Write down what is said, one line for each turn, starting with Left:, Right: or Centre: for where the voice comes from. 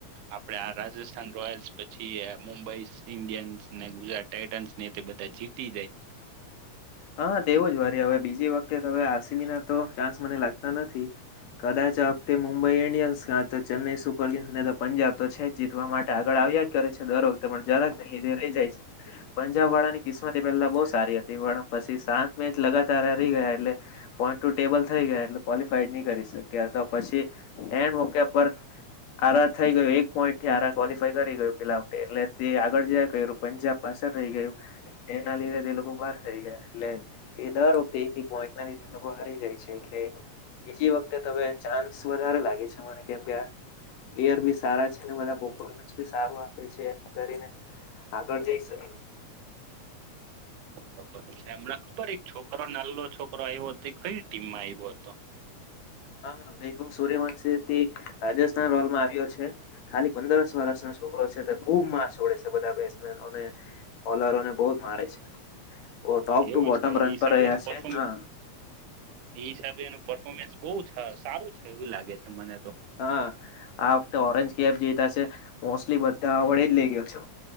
Right: આપડે આ રાજસ્થાન રોયલ્સ પછી મુંબઈ ઇન્ડિયન્સને ગુજરાત ટાઇટન્સ ને તે બધા જીતી જાય
Left: હા તેવું જ વારી હવે બીજી વખતે અવે આરસીબી ના તો ચાન્સ મને લાગતા નથી કદાચ આ વખતે મુંબઈ ઈન્ડિયન્સ ક્યા ચેન્નાઈ સુપર કિંગ્સને પંજાબ તો છે જીતવા માટ આગળ આવ્યા જ કરે છે દરરોજ પણ જરાક નહી રહી જાય છે પંજા વાળાની કિસ્મત એ પેલા બહુ સ હતી એ વાળા પછી સાત મે જ લગતાર થ ગયા એટલે પોઈન્ટ ટ ટેબલ થઈ ગયા એટલે ક્વોલિફાય નહી કરી શક્યા અથવા પછી એડ મોક પર આરા થઈ ગય એક પોઈન્ટ થી આ કવોલિફાય ગયું પેલા એટલે તે આગળ જ ક પંજાબ પાછળ રહી ગયું એના લીધે તે લોકો બહાર થઈ ગયા એટલે એ દર વખતે એક ગોંચ ના લીધા લોકો હારી જાય છે. એટલે બીજી વખતે ચાન્સ વધારે લાગે છે. મને કેમ કે ્યર બી સારા છે બધાફોન્સ બી સારું આપે છે એ કરીને આગળ જઈ શકે
Right: બરોબર છે હમણાં ખબર એક છોકરો નાલો છોકરો આવ્યો હતો કઈ ટીમમાં આવ્યો હતો
Left: હા ભ બ સોર્ય વનશે તે રાજસ્થાન રોયલમાં આવ્યો છે ખાલી પંદર વર્ષનો છોરો છે ખુબ માર્સડે છે બધા બેટ્સમેનોને બોલરોને બહ મારે છે ટોપ ટુ
Right: એવું
Left: બોટમ
Right: છે એ
Left: રન
Right: હિસાબે
Left: પર રહ્યા
Right: એનું પરફોર્મ
Left: છે
Right: એ હિસાબે એનું પરર્ફોર્મેન્સ બહુ સારું છે એવું લાગે છે મને તો
Left: હા આ વખતે ઓરેન્જ કેબ જે બ મોસ્ટલી બધા વડે જ લઇ ગયો છે